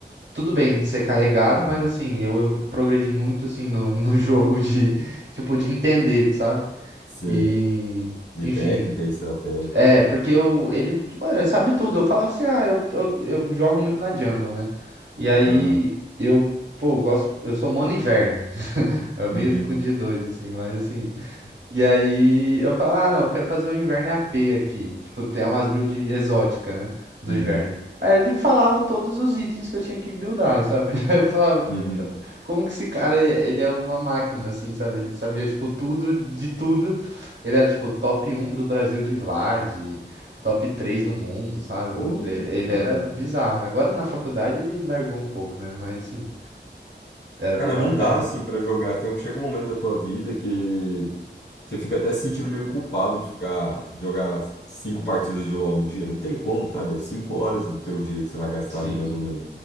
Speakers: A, on the right; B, on the left.
A: Tudo bem de ser carregado,
B: uhum,
A: mas, assim, eu evo- progredi muito, assim, no, no <laughs> jogo de, tipo, de entender, sabe?
B: Sei.
A: E,
B: De
A: enfim...
B: técnica e estratégia,
A: É,
B: então.
A: porque eu, ele, ué, sabe tudo. Eu falava assim, ah, eu, eu, eu jogo muito na jungle, né? E aí,
B: Aham,
A: eu, pô, eu gosto... Eu sou mono inverne. <laughs> É meio
B: uhum,
A: de doido, assim, mas, assim... E aí eu falo, ah, não, eu quero fazer um inverno AP aqui. Tipo, tem umas builds exóticas, né? Do
B: uhum,
A: inverno. Aí ele falava todos os itens que eu tinha que buildar, sabe? <laughs> Aí eu falava,
B: uhum.
A: como que esse cara, é- ele é uma máquina, assim, sabe? Ele sabia, tipo, tudo de tudo. Ele era, tipo, top um do Brasil de Vlad, top 3 do mundo, sabe?
B: Porra,
A: Ele
B: aham.
A: era bizarro. né? Agora na faculdade ele largou um pouco, né? Mas, sim, era
B: Cara,
A: bem bacana.
B: não dá, assim, pra jogar. Tem, um, chega um momento da tua vida que Você fica até se sentindo meio culpado de ficar, de jogar cinco partidas de LoL no dia. Não tem como, sabe? É cinco horas do teu dia que você vai gastar
A: Sim,
B: ali mais ou menos.